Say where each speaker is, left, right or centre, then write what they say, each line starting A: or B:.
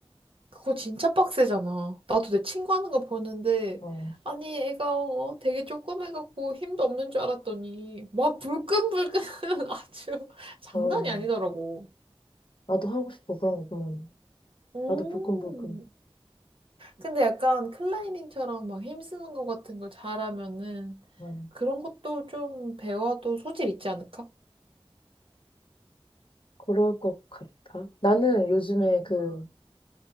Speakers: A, on the right; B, on the left.
A: 그거 진짜 빡세잖아. 나도 내 친구 하는 거 보는데,
B: 어,
A: 아니, 애가 어, 되게 조그매갖고 힘도 없는 줄 알았더니, 막 불끈불끈 <laughs> 아주 장난이
B: 어,
A: 아니더라고.
B: 나도 하고 싶어. 그런 거 보면
A: 음.
B: 나도 불끈불끈.
A: 근데 약간 클라이밍처럼 막 힘쓰는 거 같은 걸 잘하면은
B: 어,
A: 그런 것도 좀 배워도 소질 있지 않을까?
B: 그럴 것 같아. 나는 요즘에 그